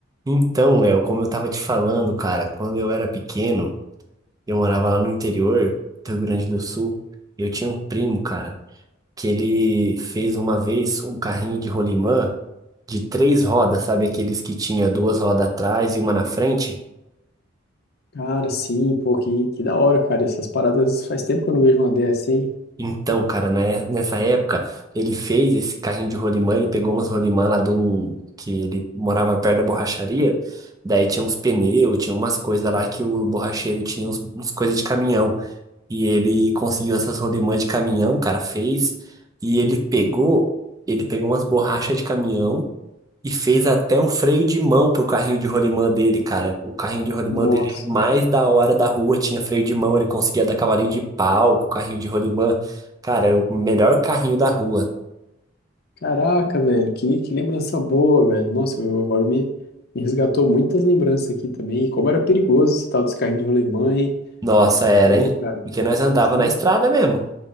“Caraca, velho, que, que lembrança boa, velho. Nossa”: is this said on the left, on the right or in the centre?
Left